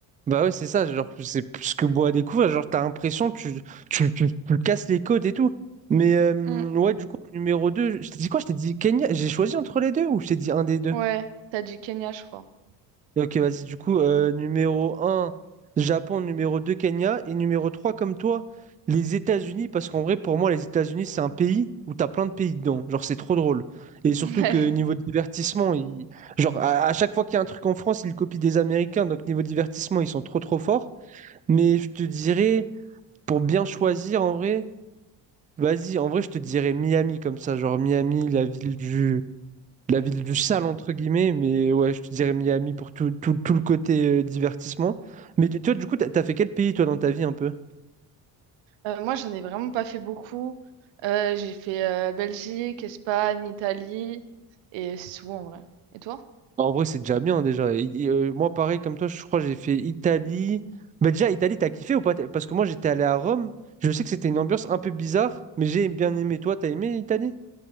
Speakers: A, on the right; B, on the right.
A: Bah ouais, c'est ça, genre que c'est plus que beau à découvrir, genre t'as l'impression que tu, tu, tu, tu casses les côtes et tout. Mais euh,
B: Mm.
A: ouais, du coup, en numéro 2 je t'ai dit quoi? Je t'ai dit Kenya, j'ai choisi entre les deux ou je t'ai dit un des deux?
B: ouais, t'as dit Kenya, je crois. <laughs>
A: Ok, vas-y, du coup, euh, numéro un Japon, numéro 2 Kenya, et numéro 3 comme toi, les États-Unis, parce qu'en vrai, pour moi, les États-Unis, c'est un pays où t'as plein de pays dedans, genre c'est trop drôle. Et surtout
B: Ouais.
A: que niveau divertissement, ils- genre à, à chaque fois qu'il y a un truc en France, ils copient des Américains, donc niveau divertissement, ils sont trop trop forts. Mais je te dirais, pour bien choisir en vrai, vas-y, en vrai, je te dirais Miami comme ça, genre Miami, la ville du, la ville du sale, entre guillemets, mais ouais, je te dirais Miami pour tout, tout, tout le côté euh, divertissement. Mais tu- toi, du coup, t'as, t'as fait quel pays, toi, dans ta vie un peu?
B: Euh, moi, j'en ai vraiment pas fait beaucoup. Euh, j'ai fait euh, Belgique, Espagne, Italie et c'est tout en vrai. Et toi?
A: En vrai, c'est déjà bien, déjà. Et- et, euh, moi, pareil, comme toi, je crois que j'ai fait Italie. Bah, déjà, Italie, t'as kiffé ou pas? T'es- Parce que moi, j'étais allé à Rome, je sais que c'était une ambiance un peu bizarre, mais j'ai bien aimé. Toi, t'as aimé Italie?